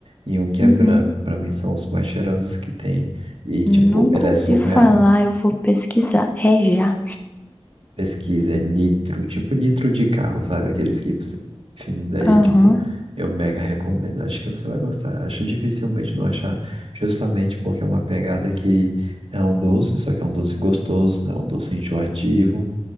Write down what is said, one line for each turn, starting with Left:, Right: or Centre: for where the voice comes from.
Right: e um que
Left: Uhum.
Right: é branco, pra mim são os mais cheirosos que tem, e,
Left: Nunca
Right: tipo, ele
Left: ouvi
Right: é surreal.
Left: falar, eu vou pesquisar. É já.
Right: pesquisa, é nitro, tipo nitro de carro, sabe? Aqueles que você. Enfim, daí,
Left: Aham.
Right: tipo, eu mega recomendo. Acho que você vai gostar. Acho dificilmente não achar, justamente porque é uma pegada que é um doce, só que é um doce gostoso, não é um doce enjoativo.